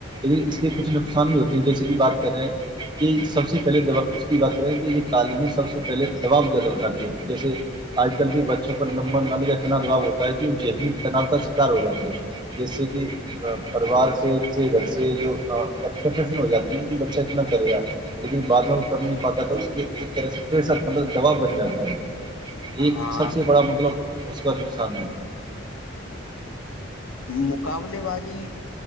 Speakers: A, on the right; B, on the left.
A: جو اس کے کچھ نقصان <inaudible> سے بھی بات کر رہے ہیں سب سے پہلے دواس کی تعلیمی سب سے پہلے جواب لگا ہوا تھا جیسے اج کل بھی بچوں پر لمبا نالے کا اتنا دوا ہوتا ہے کیوں جی <unintelligible> جیسے کہ پروار سے ہو جاتی ہیں بچہ اتنا کرے گا لیکن بعد میں نہیں پتا تھا اس کی دوا بن جاتا ہے یہ
B: ہاں
A: سب سے بڑا مطلب اس کا <inaudible>
B: مقابلے بازی